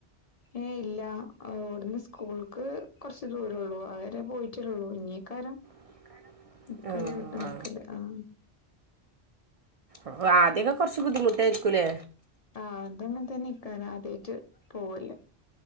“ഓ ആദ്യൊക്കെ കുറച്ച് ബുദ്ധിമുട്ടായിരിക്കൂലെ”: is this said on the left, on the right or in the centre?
Right